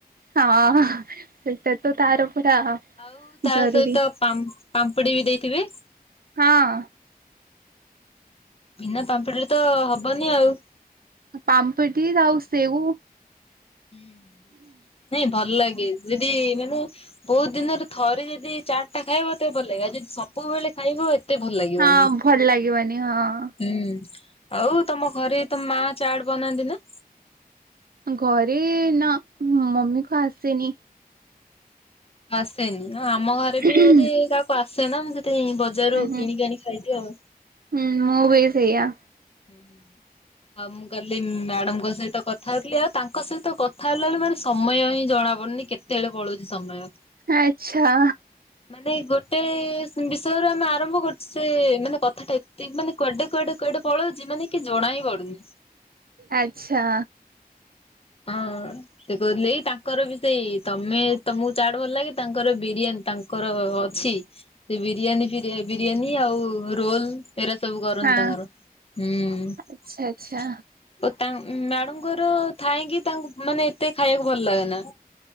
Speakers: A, on the right (about 70°); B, on the left (about 40°).
A: ହଁ ସେଟା ତ ତାର ପୁରା
B: ଆଉ ତା
A: ଜରୁରୀ
B: ସହିତ ପାମ୍ ପାମ୍ପୁଡିବି ଦେଇଥିବେ।
A: ହଁ।
B: ବିନା ପାମ୍ପଡିରେ ତ ହବନି ଆଉ।
A: ପାମ୍ପଡି ଆଉ ସେଉ।
B: ହୁଁ ନାଇଁ ଭଲ ଲାଗେ ଯଦି ମୁଁ ବହୁତ ଦିନରେ ଥରେ ଯଦି ଚାଟ୍ ଟା ଖାଇବ ତେବେ ଭଲ ଲାଗେ ଆଉ ଯଦି ସବୁବେଳେ ଖାଇବ ମତେ ଭଲ ଲାଗିବନି
A: ହଁ ଭଲ ଲାଗିବନି ହଁ।
B: ହୁଁ ଆଉ ତମ ଘରେ ତମ ମା ଚାଟ ବନାନ୍ତିନା।
A: ଘରେ ନା ମମିକୁ ଆସେନି।
B: ଆସେନି ଆମ ଘରେ ବି
A: ହୁଁ
B: ବୋଧେ କାହାକୁ ଆସେନା ମୁଁ ସେଥିପାଇଁ ବଜାରୁ
A: ହୁଁ
B: କିଣିକି ଆଣି ଖାଇଦିଏ ଆଉ।
A: ହୁଁ ମୁଁ ବି ସେଇଆ।
B: ହୁଁ। ଆଉ ମୁଁ କାଲି ମ୍ୟାଡମଙ୍କ ସହିତ କଥା ହେଉଥିଲି ଆଉ ତାଙ୍କ ସହିତ କଥା ହେଲା ବେଳେ ମାନେ ସମୟ ହିଁ ଜଣା ପଡୁନି। କେତେବେଳେ ପଳଉଛି ସମୟ।
A: ଆଚ୍ଛା।
B: ମାନ ଗୋଟେ ବିଷୟରୁ ଆମେ ଆରମ୍ଭ କରୁଛୁ ସେ ମାନେ କଥାଟା ଏତେ ମାନେ କୁଆଡେ କୁଆଡେ କୁଆଡେ ପଳଉଛି ମାନେ କିଛି ଜଣାଇ ପଡୁନି।
A: ଆଚ୍ଛା।
B: ହଁ ସେ କହୁଥିଲେ ଏଇ ତାଙ୍କର ବି ସେଇ ତମେ ତମକୁ ଚାଟ ଭଲ ଲାଗେ ତାଙ୍କର ବିରିୟାନୀ ତାଙ୍କର ଅଛି ସେ ବିରିୟାନୀ ଫିରି ବିରିୟାନୀ ଆଉ ରୋଲ୍। ଏରା ସବୁ କରନ୍ତି
A: ହଁ
B: ତାଙ୍କର ହୁଁ।
A: ଆଚ୍ଛା ଆଚ୍ଛା
B: ଓ ତା ମ୍ୟାଡମଙ୍କର ଥାଇକି ତାଙ୍କୁ ମାନେ ଏତେ ଖାଇବାକୁ ଭଲ ଲାଗେନା।